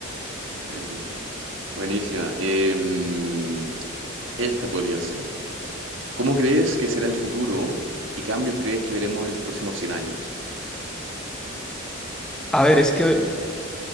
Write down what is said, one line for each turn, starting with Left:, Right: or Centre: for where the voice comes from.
Right: Mm. Buenísima. Em, esta podría ser. ¿Cómo crees que será el futuro y qué cambios crees que veremos en los próximos cien años?
Centre: A ver, es que